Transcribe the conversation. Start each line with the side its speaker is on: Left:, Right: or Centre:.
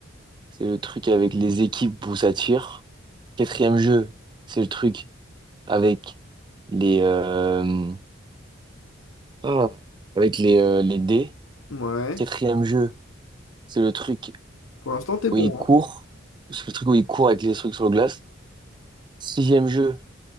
Right: c'est le truc avec les équipes où ça tire. Quatrième jeu, c'est le truc avec les, euh, ah, avec les, euh, les dés.
Left: ouais.
Right: Quatrième jeu, c'est le truc
Left: Pour l'instant, t'es bon,
Right: où il court.
Left: hein.
Right: C'est le truc où il court avec les trucs sur le glace. Sixième jeu,